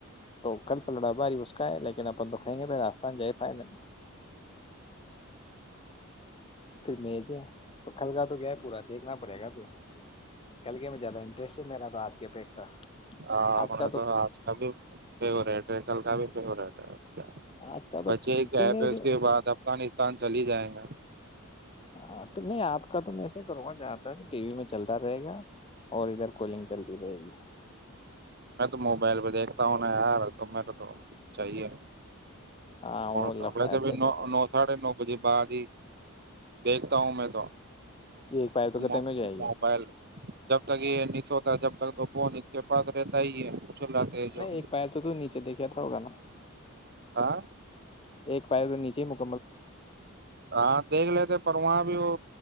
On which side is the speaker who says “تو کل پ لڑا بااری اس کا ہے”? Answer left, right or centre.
Left